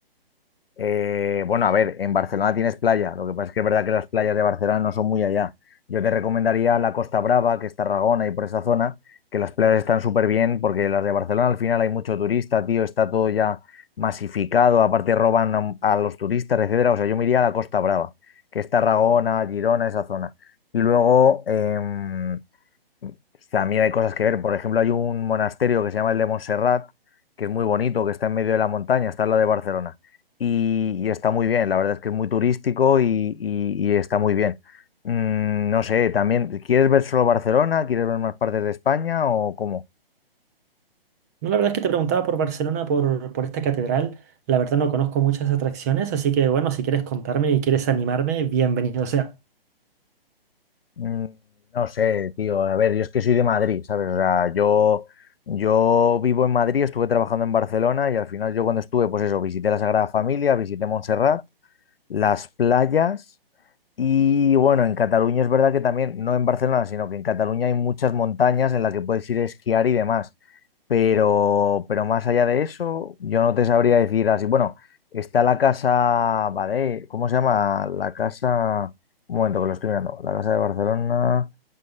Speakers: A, on the left (about 70°); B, on the right (about 15°).
A: Eh, bueno, a ver, en Barcelona tienes playa, lo que pasa es que es verdad que las playas de Barcelona no son muy allá. Yo te recomendaría la Costa Brava, que es Tarragona y por esa zona, que las playas están súper bien, porque las de Barcelona al final hay mucho turista, tío, está todo ya masificado, aparte roban a, a los turistas, etcétera. O sea, yo me iría a la Costa Brava, que es Tarragona, Girona, esa zona. Y luego, em, también hay cosas que ver. Por ejemplo, hay un monasterio que se llama el de Montserrat, que es muy bonito, que está en medio de la montaña, está al lado de Barcelona. Y, y está muy bien, la verdad es que es muy turístico y, y- y está muy bien. Mm, no sé, también, ¿quieres ver solo Barcelona? ¿Quieres ver más partes de España o cómo?
B: No, la verdad es que te preguntaba por Barcelona, por, por esta catedral. La verdad no conozco muchas atracciones, así que bueno, si quieres contarme y quieres animarme, bienvenido sea.
A: Mm, no sé, tío. A ver, yo es que soy de Madrid, ¿sabes? O sea, yo, yo vivo en Madrid, estuve trabajando en Barcelona y al final yo cuando estuve, pues eso, visité la Sagrada Familia, visité Montserrat, las playas. Y bueno, en Cataluña es verdad que también, no en Barcelona, sino que en Cataluña hay muchas montañas en las que puedes ir a esquiar y demás. Pero, pero más allá de eso, yo no te sabría decir así. Bueno, está la casa Badé, ¿cómo se llama? La casa. Un momento que lo estoy mirando. La casa de Barcelona.